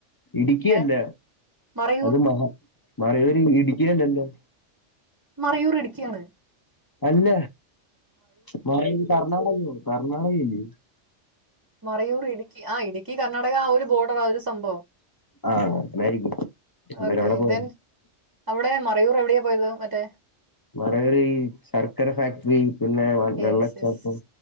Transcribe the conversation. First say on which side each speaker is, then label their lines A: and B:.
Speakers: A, on the left; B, on the right.
A: ഇടുക്കി
B: ഏ
A: അല്ല
B: മറയൂർ
A: അത് മറ മറയൂര് ഇടുക്കി അല്ലല്ലോ
B: മറയൂർ ഇടുക്കിയാണ്.
A: അല്ല മറയൂർ കർണാടകയാണ് കർണാടക അല്ലയോ
B: മറയൂർ ഇടുക്കി ആ ഇടുക്കി കർണാടക ആ ഒരു ബോർഡർ ആ ഒരു സംഭവം.
A: ആഹ അങ്ങനായിരിക്കും എന്താലും
B: ഓക്കെ
A: അവിടെ പോ
B: ദെൻ അവിടെ മറയൂർ എവിടെയാ പോയത് മറ്റേ
A: മറയൂര് ഈ ശർക്കര ഫാക്ടറി പിന്നെ
B: യെസ്
A: വെള്ളച്ചാട്ടം.
B: യെസ്